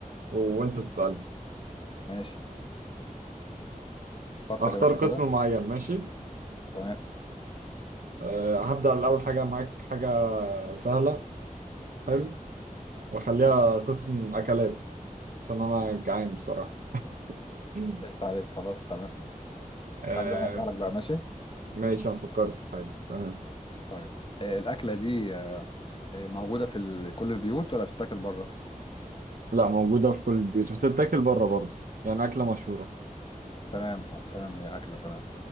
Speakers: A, on the right; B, on the left.
A: وانت تسألني
B: ماشي فكر
A: فاختار
B: يا باشا
A: قسم
B: كده
A: معين ماشي
B: تمام
A: أه هبدأ الاول حاجة معاك حاجة سهلة حلو واخليها قسم اكلات عشان انا جعان بصراحة <laughs>
B: قشطة عليك خلاص تمام
A: أه
B: هبدأ أنا أسألك بقى ماشي
A: ماشي انا فكرت في حاجة تمام
B: طيب آه الأكلة دي آه آه، موجودة في ال- كل البيوت ولا بتتاكل بره
A: لا موجودة في كل البيوت وبتتاكل بره برضه يعني أكلة مشهورة
B: تمام آه تمام هي أكلة تمام